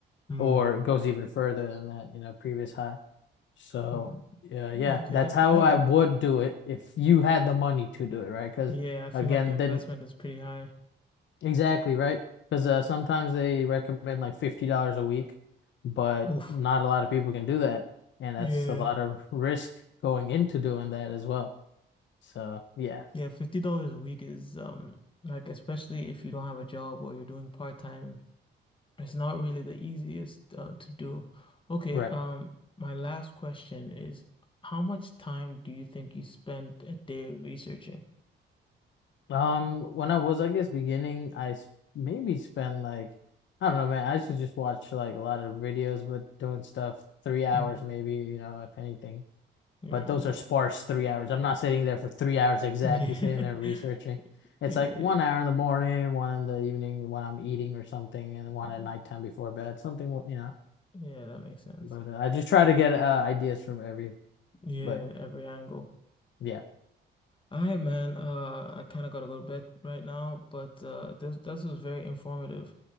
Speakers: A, on the left; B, on the left.
A: Mm.
B: or it goes even further than that, you know, previous high. So,
A: Mm,
B: yeah, yeah,
A: okay,
B: that's
A: that
B: how
A: that
B: I
A: ma-
B: would do it if you had the money to do it, right? Because
A: yeah, I feel
B: again,
A: like the
B: then
A: investment is pretty high.
B: exactly, right? Because uh, sometimes they recommend like $50 a week, but
A: Oof.
B: not a lot of people can do that. And
A: Yeah.
B: that's a lot of risk going into doing that as well. So, yeah.
A: Yeah, $50 a week is um like especially if you don't have a job or you're doing part-time It's not really the easiest uh, to do. Okay,
B: Right.
A: um, my last question is, how much time do you think you spend a day researching?
B: Um, when I was, I guess, beginning, I s- maybe spent like, I don't know, man. I should just watch like a lot of videos, but doing stuff three hours,
A: Mm.
B: maybe, you know, if anything.
A: Yeah.
B: But those are sparse three hours. I'm not sitting there for three hours exactly,
A: Yeah.
B: sitting there
A: <laughs>
B: researching. It's like one hour
A: Yeah.
B: in the morning, one in the evening when I'm eating or something, and one
A: Yeah,
B: at nighttime before bed, something, wh- you know.
A: Yeah, that makes sense.
B: But uh, I just try to get uh, ideas from every,
A: Yeah,
B: but
A: every angle.
B: yeah.
A: All right, man. Uh, I kind of gotta go to bed right now, but uh, this this was very informative.